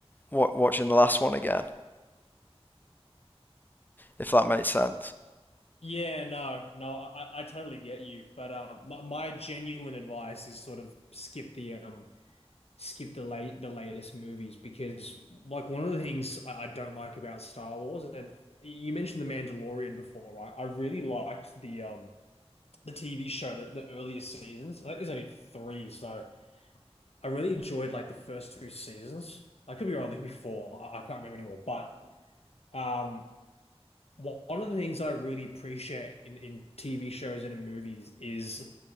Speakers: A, on the left; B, on the left.
A: wa watching the last one again, if that makes sense.
B: Yeah, no, no, I, I I totally get you, but um, my, my genuine advice is sort of skip the um skip the late the latest movies because like one of the things I, I don't like about Star Wars and you mentioned The Mandalorian before, right? I really liked the um the TV show that the earliest seasons. I think there's only three, so I really enjoyed like the first two seasons. I could be wrong, there could be four. I, I can't remember anymore. But um one one of the things I really appreciate in, in TV shows and in movies is